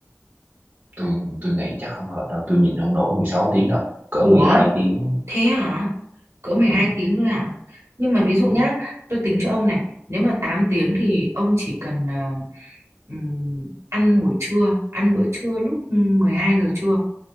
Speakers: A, on the right (about 35°); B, on the right (about 65°).
A: tôi, tôi nghĩ chắc không hợp đâu, tôi nhìn không nổi 16 tiếng đâu, cỡ
B: Ủa
A: mười hai tiếng.
B: Thế hả? Cỡ mười
A: Ừ,
B: hai tiếng thôi hả? Nhưng mà ví dụ nhá,
A: ừ,
B: tôi tính cho ông này, nếu mà 8 tiếng thì ông chỉ cần ờ, ừm, ăn buổi trưa, ăn bữa trưa lúc 12 giờ trưa.